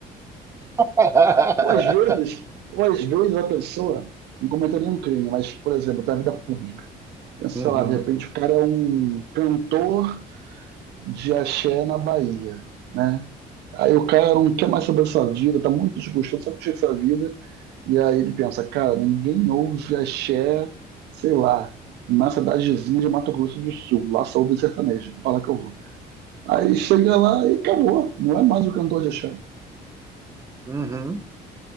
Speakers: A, on the right; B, on the right.
A: <laughs>
B: ou às vezes, ou às vezes a pessoa não cometeu nenhum crime, mas, por exemplo, da vida pública. Pensa,
A: Uhum,
B: sei lá, de repente o cara é um cantor de axé na Bahia, né? Aí o cara não quer mais saber da sua vida, tá muito desgostoso, sabe o que é essa vida, E aí ele pensa, cara, ninguém ouve axé, sei lá, na cidadezinha de Mato Grosso do Sul. Lá só ouve sertanejo, é para lá que eu vou. Aí chega lá e acabou. Não é mais o cantor de axé.
A: uhum.